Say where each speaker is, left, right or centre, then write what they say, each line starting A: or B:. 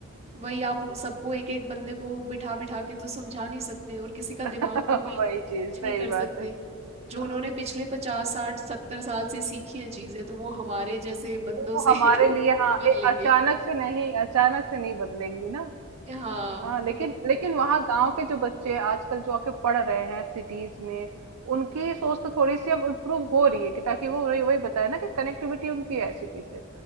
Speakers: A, on the right (about 30°); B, on the right (about 85°).
A: वही आप उन सबको एक एक बंदे को बिठा बिठा के तो समझा नहीं सकते और किसी का
B: <laughs>
A: दिमाग तो बिल्कुल
B: वही
A: कुछ
B: चीज सही
A: नहीं कर
B: बात
A: सकते
B: है
A: जो
B: हाँ
A: उन्होंने पिछले पचास साठ सत्तर साल से सीखी है चीजें तो वो हमारे जैसे बंदों
B: वो
A: से
B: हमारे
A: <laughs> कैसे
B: लिए हाँ
A: बदलेंगे
B: ए, अचानक से नहीं अचानक से नहीं बदलेंगी ना
A: हाँ
B: हाँ लेकिन
A: तो
B: लेकिन वहाँ गांव के जो बच्चे आजकल जो आके पढ़ रहे हैं सिटीज में उनकी सोच तो थोड़ी सी अब इम्प्रूव हो रही है कि ताकि वो वही वही बताया ना कि कनेक्टिविटी उनकी है सिटी से